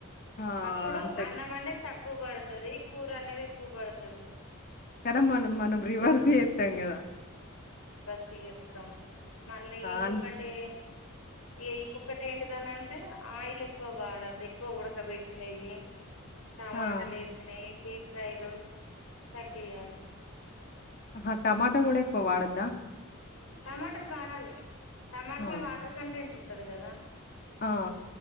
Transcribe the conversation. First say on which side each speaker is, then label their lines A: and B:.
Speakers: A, on the left; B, on the left.
A: ఆ!
B: అప్పుడు
A: అంతే.
B: అన్నం అనేది తక్కువ పడతది కూర అనేది ఎక్కువ పడతది
A: కానీ మనం మనం రివర్స్ చేస్తాం కదా
B: సియస్తం మళ్ళీ ఇంకొకటి
A: అన్
B: ఏ ఇంకొకటి ఏంటిదని అంటే ఆయిల్ ఎక్కువ వాడదు ఎక్కువ ఉడకబెట్టినవి టమాటలు
A: ఆ!
B: ఏసినవి డీప్ ఫ్రైలు తగ్గయాలి
A: ఆ టమాటా కూడా ఎక్కువ వాడద్దా
B: టమాటాలు వాడాలి టమాటల
A: ఆ! ఆ!
B: వాటర్ కంటెంట్ ఉంటది కదా
A: ఆ